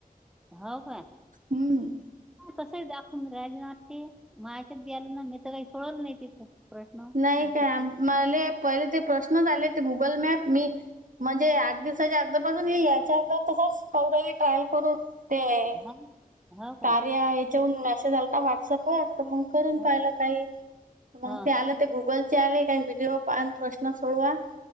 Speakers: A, in the centre; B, on the right (about 60°).
A: हाव काय?
B: हम्म
A: तसंही दाखवून राहिले ना ते मच्यात गेल ना मी तर काही कळवलं नाही तिथं <unintelligible>
B: नाही
A: बाकीचे
B: काय मले पहिले ते प्रश्नच आले गुगल मॅप मी म्हणजे आठ दिवसाच्या आधी पासून हे याच्या अर्धा कॉल तास ट्रायल करून ते
A: हा हो का
B: कार्य आहे चा वरून मेसेज आलता व्हॉट्सअप वर तर मग करून
A: हो
B: पाहिलं काही तर मग.
A: हो
B: ते आलं ते गुगल चे आले का व्हिडिओ पहा प्रश्न सोडवा